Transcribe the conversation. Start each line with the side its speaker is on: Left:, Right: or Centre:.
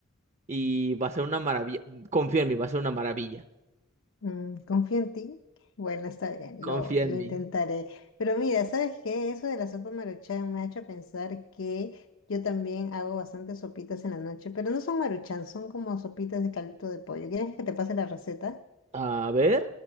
Right: y va a ser una maravilla. Confía en mí, va a ser una maravilla.
Left: Mm, confío en ti. Bueno, está bien,
Right: Confía
Left: lo, lo
Right: en mí.
Left: intentaré. Pero mira, ¿sabes qué? Eso de la sopa maruchan me ha hecho pensar que yo también hago bastantes sopitas en la noche, pero no son maruchan, son como sopitas de caldito de pollo. ¿Quieres que te pase la receta?
Right: A ver,